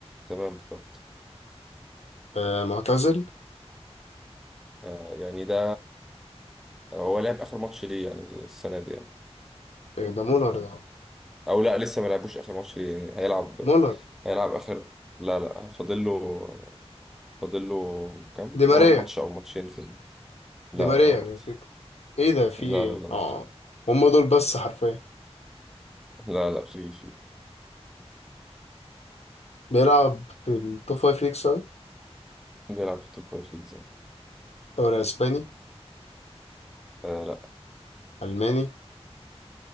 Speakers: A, in the centre; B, on the left.
A: تمام اخترت
B: آه، معتزل
A: آه يعني ده هو لعب آخر ماتش ليه يعني السنة دي يعني
B: إيه ده مولر ده
A: أو لا لسه ما لعبوش آخر ماتش ليه يعني هيلعب
B: مولر
A: هيلعب آخر لا لا فاضل له فاضل له كام
B: دي
A: ما-
B: ماريا
A: ماتش أو ماتشين في ال- لا
B: دي ماريا
A: لا برضه
B: بنفيكا ايه ده في
A: لا
B: ايه
A: لا لا مش
B: اه
A: ده.
B: هم دول بس حرفيا
A: لا لا في في
B: بيلعب في التوب فايف ليجز
A: بيلعب في توب فايف ليجز
B: دوري اسباني
A: آه لا
B: الماني